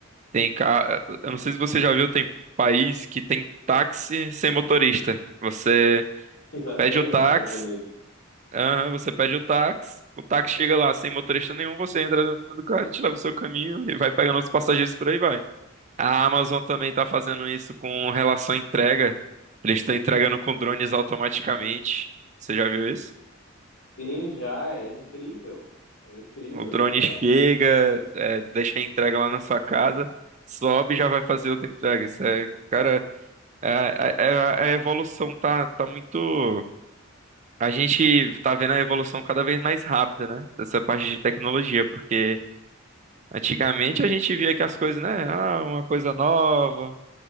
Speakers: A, on the right; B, on the left.
A: Tem, ca- eu não sei se você já viu, tem país que tem táxi sem motorista. Você
B: E já
A: pede
B: tem
A: o
B: nos
A: táxi,
B: Estados Unidos.
A: aham, você pede o táxi, o táxi chega lá sem motorista nenhum, você entra dentro do carro, te leva o seu caminho e vai pegando os passageiros por aí vai. A Amazon também tá fazendo isso com relação à entrega. Eles estão entregando com drones automaticamente. Você já viu isso?
B: Sim, já é incrível. É incrível,
A: O drone
B: isso é
A: chega, é, deixa a entrega lá na sua casa, sobe e já vai fazer outra entrega. Isso é, cara, A, a- a- evolução tá, tá muito. A gente tá vendo a evolução cada vez mais rápida, né? Dessa parte de tecnologia, porque antigamente a gente via que as coisas, né? Ah, uma coisa nova,